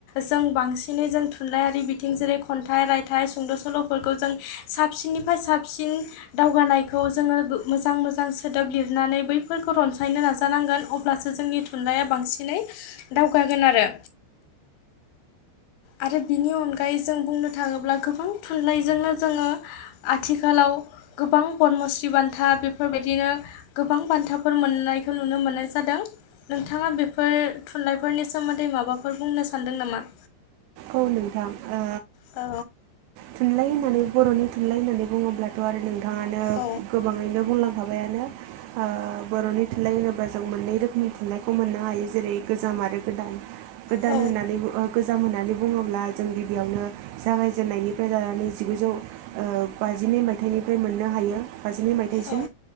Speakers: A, on the left (about 80°); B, on the right (about 85°).
A: जों बांसिनै जों थुनलाइयारि बिथिं जेरै खन्थाइ रायथाइ सुंद' सल' फोरखौ जों साबसिननिफाय साबसिन दावगानायखौ जोङो गो मोजां मोजां सोदोब लिरनानै बैफोरखौ रनसायनो नाजानांगोन अ ब्लासो जोंनि थुनलाइया बांसिनै दावगागोन आरो। आरो बिनि अनगायै जों बुंनो थाङोब्ला गोबां थुनलाइजोंनो जोङो आथिखालाव गोबां पद्मस्रि बान्था बेफोरबायदिनो गोबां बान्थाफोर मोननायखौ नुनो मोननाय जादों। नोंथाङा बेफोर थुनलाइफोरनि सोमोन्दै माबाफोर बुंनो सान्दों नामा?
B: औ नोंथां ओ
A: औ।
B: थुन्लाइ होननानै बर'नि थुनलाइ होननानै बुङोब्ला थ' आरो नोंथाङानो
A: औ
B: गोबाङैनो बुंलांखाबायानो। ओ बर'नि थुनलाइ होनोबा जों मोननै रोखोमनि थुनलाइखौ मोननो हायो जेरै गोजाम आरो गोदान। गोदान
A: औ
B: होननानै बो ओ गोजाम होन्नानै बुङोब्ला जों गिबियावनो जागायजेननायनि निफ्राय लानानै जिगुजौ ओ बाजिनै मायथाइनिफ्राय मोननो हायो। बाजिनै मायथाइसिम
A: औ